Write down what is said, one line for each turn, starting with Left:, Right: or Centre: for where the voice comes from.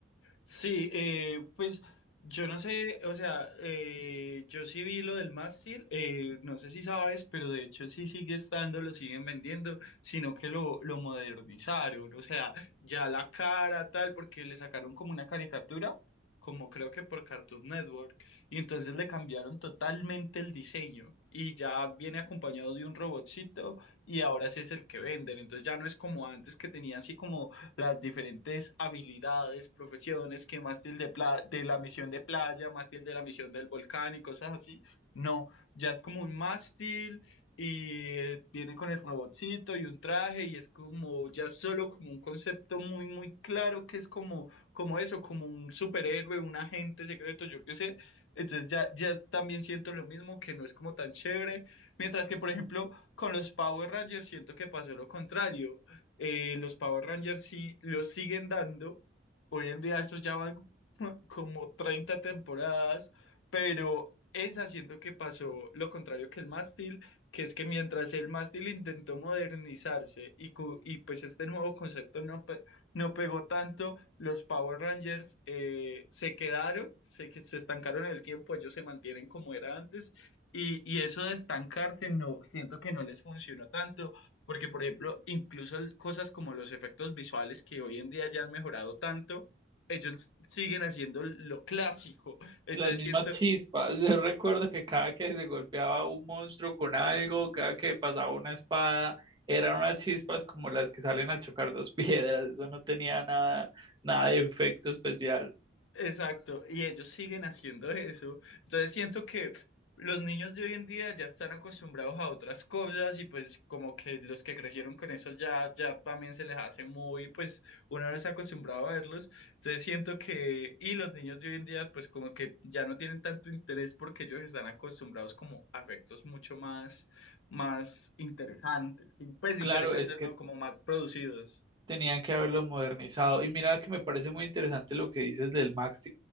Left: Sí, eh, pues yo no sé, o sea, eh, yo sí vi lo del mástil, eh, no sé si sabes, pero de hecho sí sigue estando, lo siguen vendiendo, sino que lo, lo modernizaron, o sea, ya la cara tal, porque le sacaron como una caricatura, como creo que por Cartoon Network, y entonces le cambiaron totalmente el diseño, y ya viene acompañado de un robotcito, y ahora ese es el que venden, entonces ya no es como antes que tenía así como las diferentes habilidades, profesiones que mástil de, pla- de la misión de playa, mástil de la misión del volcán y cosas así. No, ya es como un mástil y eh, viene con el robotcito y un traje y es como ya solo como un concepto muy, muy claro que es como, como eso, como un superhéroe, un agente secreto, yo qué sé. Entonces ya, ya también siento lo mismo, que no es como tan chévere. Mientras que, por ejemplo, con los Power Rangers siento que pasó lo contrario eh, los Power Rangers sí los siguen dando. Hoy en día esos ya van <laughs> como 30 temporadas, pero es haciendo que pasó lo contrario que el mástil, que es que mientras el mástil intentó modernizarse y, cu- y pues este nuevo concepto no, pe- no pegó tanto, los Power Rangers eh, se quedaron, se, que- se estancaron en el tiempo, ellos se mantienen como era antes. Y, y eso de estancarse no, siento que no les funcionó tanto porque, por ejemplo, incluso el- cosas como los efectos visuales que hoy en día ya han mejorado tanto, ellos siguen haciendo lo clásico. Entonces
Right: Las mismas
Left: siento,
Right: chispas. <laughs> Yo recuerdo que cada que se golpeaba un monstruo con algo, cada que pasaba una espada, eran unas chispas como las que salen al chocar dos <laughs> piedras. Eso no tenía nada, nada de efecto especial.
Left: Exacto, y ellos siguen haciendo eso. Entonces siento que los niños de hoy en día ya están acostumbrados a otras cosas y pues como que los que crecieron con eso ya, ya también se les hace muy, pues uno no está acostumbrado a verlos. Entonces siento que, y los niños de hoy en día pues como que ya no tienen tanto interés porque ellos están acostumbrados como a efectos mucho más, más interesantes, y, pues
Right: Claro,
Left: interesantes
Right: es que
Left: no, como más producidos.
Right: tenían que haberlo modernizado. Y mira que me parece muy interesante lo que dices del Max